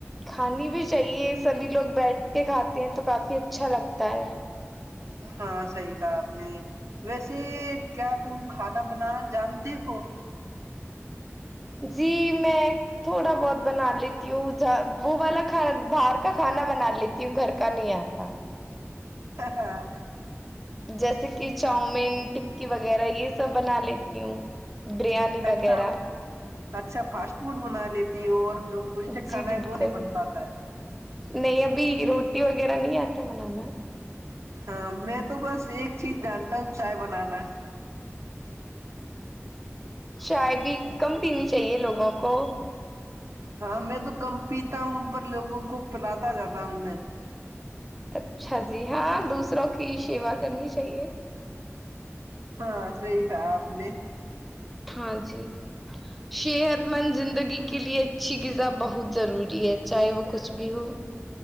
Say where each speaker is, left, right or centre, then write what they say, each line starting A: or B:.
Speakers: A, in the centre; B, on the right (about 70°).
A: کھانی بھی چاہیے سبھی لوگ بیٹھ کے کھاتی ہیں تو کافی اچھا لگتا ہے
B: ہاں صحی کہا آپ نے ویسے کیا تم کھانا بنانا جانتے ہو
A: جی میں تھوڑا بہت بنا لیتی ہوں ج وہ والا کھانا باہر کا کھانا بنا لیتی ہوں گھر کا نہیں آتا
B: ہاں
A: جیسے کہ چاؤمین ٹکی وغیرہ یہ سب بنا لے وں بریانی وغیرہ
B: اچھا اچھا فاسٹ فوڈ بنا لیتی ہوں اور جو پوشٹک
A: جی
B: کھانا
A: بالکل
B: ہے وہ نہیں بن پاتا ہے
A: نہیں ابھی روٹی وغیرہ نہیں آتا بنانا
B: ہاں میں تو بس ایک چیز جانتا ہوں چائے بنانا
A: چائے بھی کم پینی چاہیے لوگوں کو
B: ہاں میں تو کم پیتا ہوں پر لوگوں کو پلاتا جاتا ہوں میں
A: اچھا جی ہاں دوسروں کی شیوا کرنی چاہیے
B: ہاں صحیح کہا اپ نے
A: ہاں جی صحت مند زندگی کے لیے اچھی غذا بہت ضروری ہے چاہے وہ کچھ بھی ہو